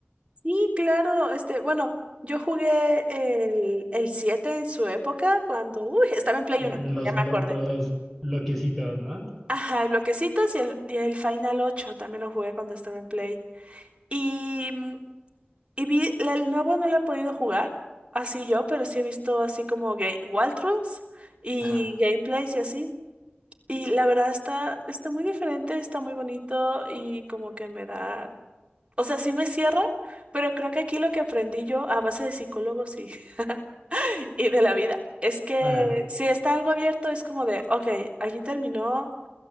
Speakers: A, on the right (about 30°); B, in the centre.
A: Sí, claro, este, bueno, yo jugué el, el 7 en su época cuando, uy, estaba en Play
B: Eh,
A: Uno
B: los,
A: ya me
B: blo-
A: acordé.
B: los bloquecitos, ¿no?
A: Ajá, el Bloquecitos y el, y el Final ocho también lo jugué cuando estaba en Play. Y, mm, y vi, la- el nuevo no lo he podido jugar, así yo, pero sí he visto así como game, walkthroughs y
B: Ajá.
A: gameplays y así. Y la verdad está, está muy diferente, está muy bonito y como que me da, o sea, sí me cierra, pero creo que aquí lo que aprendí yo a base de psicólogos y, <laughs> y de la vida es que
B: Ah,
A: si está algo abierto es como de, ok, aquí terminó.